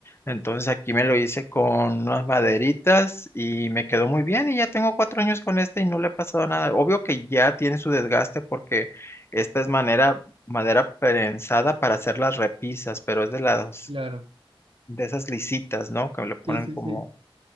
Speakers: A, on the left; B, on the right.
A: Entonces aquí me lo hice con unas maderitas y me quedó muy bien y ya tengo cuatro años con esta y no le ha pasado nada. Obvio que ya tiene su desgaste porque esta es manera, madera prensada para hacer las repisas, pero es de las,
B: claro.
A: de esas lisitas, ¿no? Que le ponen
B: Sí, sí,
A: como
B: sí.